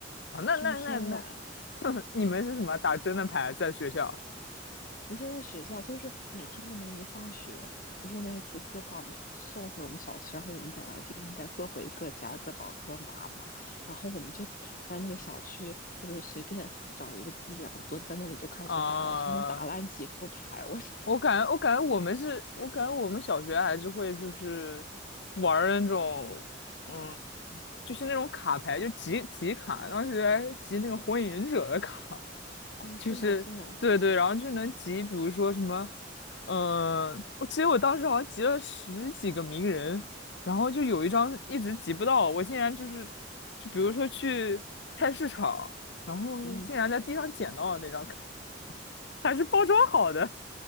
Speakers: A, on the left; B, on the left.
A: 啊，那那那那，
B: 天天玩，
A: <laughs> 你们是怎么打真的牌在学校？
B: 不是在学校，就是每天我们一放学，不是那个司机就把我们送回我们小区，然后我们本来就应该各回各家，各找各妈嘛，然后我们就在那个小区，就是随便找一个地，然后蹲在那里就开始打了，
A: 啊、
B: 真的打烂几副牌，我 <laughs> 是，
A: 我感觉，我感觉我们是，我感觉我们小学还是会就是玩儿那种，嗯，就是那种卡牌，就集集卡，当时还集那个火影忍者的卡，
B: 哦，
A: 就是对对，
B: 是吗？是吗？
A: 然后就能集，比如说什么，嗯、我记得我当时好像集了十几个鸣人，然后就有一张一直集不到，我竟然就是，就比如说去菜市场，然后竟然在地上捡到了那张卡，
B: 嗯，
A: 还是包装好的。